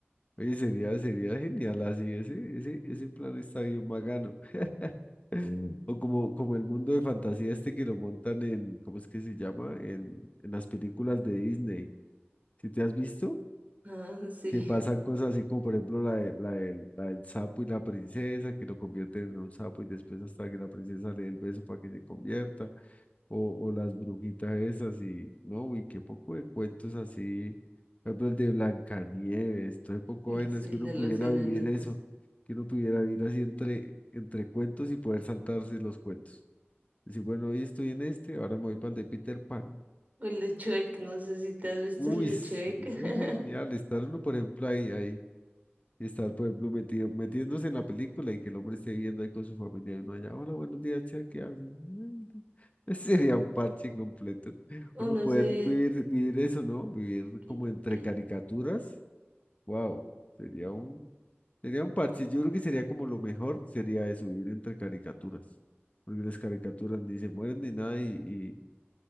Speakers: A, on the left (about 35°); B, on the right (about 40°).
A: Oye, sería, sería genial así, ese, ese, ese plan está bien bacano. <laughs> O como, como el mundo de fantasía este que lo montan en, ¿cómo es que se llama? En, en las películas de Disney. ¿Si te has visto?
B: Ah, sí,
A: que pasan cosas así como por ejemplo la, de- la, del, la del sapo y la princesa, que lo convierten en un sapo y después hasta que la princesa le dé el beso para que se convierta, o, o las brujitas esas y no, uy, qué poco de cuentos así, por ejemplo el de Blancanieves, todo poco
B: el,
A: vainas
B: sí,
A: que
B: el
A: uno
B: de
A: pudiera
B: los enanitos.
A: vivir eso, que uno pudiera vivir así entre, entre cuentos y poder saltarse los cuentos. Decir, bueno, hoy estoy en este, ahora me voy para el de Peter Pan.
B: O El de Shrek, no sé si te has visto
A: Uy,
B: el de
A: ese
B: Shrek. <laughs>
A: es genial, estar uno, por ejemplo, ahí, ahí. Y estar, por ejemplo, metido, metiéndose en la película y que el hombre esté viendo ahí con su familia y uno allá, hola, buenos días, che, ¿qué hacen? <laughs> Sería un parche completo.
B: O
A: Uno
B: no
A: poder
B: sé,
A: vivir, vivir eso, ¿no? Vivir
B: Cl-
A: como entre
B: cl-
A: caricaturas. Wow, sería un, sería un parche. Yo creo que sería como lo mejor, sería eso, vivir entre caricaturas. Porque las caricaturas ni se mueren ni nada y,